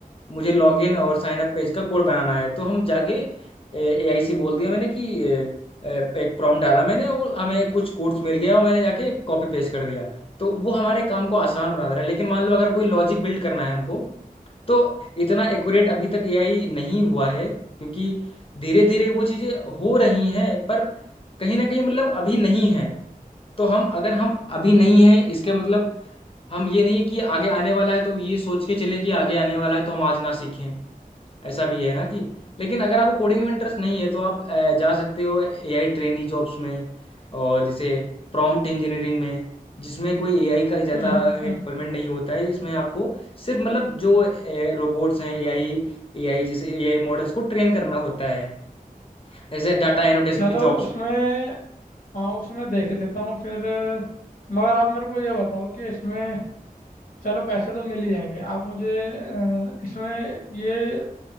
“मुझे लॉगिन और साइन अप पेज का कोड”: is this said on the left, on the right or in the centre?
Left